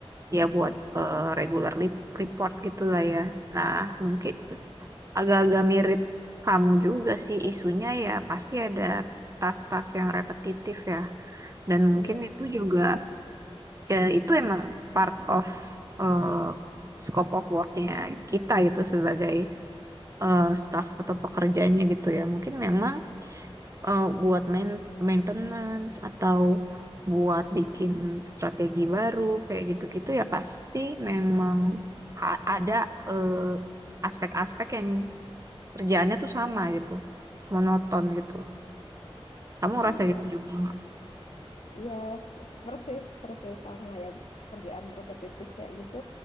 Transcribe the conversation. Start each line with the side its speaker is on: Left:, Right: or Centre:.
Right: ya buat eh, regular li- report gitulah ya. Nah, mungkin agak-agak mirip kamu juga sih isunya ya pasti ada tas-tas yang repetitif ya. Dan mungkin
Left: iya
Right: itu juga ya itu emang part of eh, scope of worknya kita gitu sebagai eh, staff atau pekerjaannya gitu ya. Mungkin memang eh, buat main- maintenance atau buat bikin strategi baru kayak gitu-gitu ya pasti memang ha- ada eh, aspek-aspek yang kerjaannya tuh sama gitu, monoton gitu. Kamu ngerasa
Left: iya
Right: gitu juga nggak?
Left: iya s- persis persis sama ya kerjaan repetitif kayak gitu